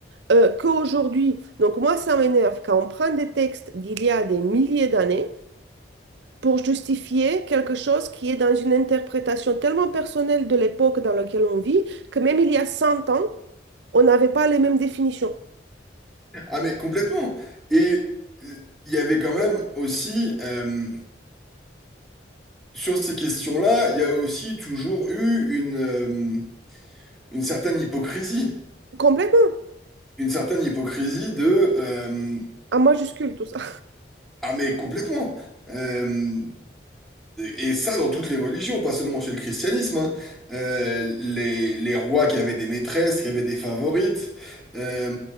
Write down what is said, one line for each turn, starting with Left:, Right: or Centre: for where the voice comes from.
Right: euh, qu'aujourd'hui. Donc moi, ça m'énerve quand on prend des textes d'il y a des milliers d'années pour justifier quelque chose qui est dans une interprétation tellement personnelle de l'époque dans laquelle on vit, que même il y a 100 ans, on n'avait pas les mêmes définitions.
Centre: Ah mais complètement. Et euh, il y avait quand même aussi, euh, sur ces questions-là, il y a aussi toujours eu une, euh, une certaine hypocrisie.
Right: Complètement,
Centre: une certaine hypocrisie de euh,
Right: en majuscule tout ça.
Centre: ah mais complètement Euh, et ça dans toutes les religions pas seulement chez le christianisme hein. Euh, les, les rois qui avaient des maîtresses qui avaient des favorites euh,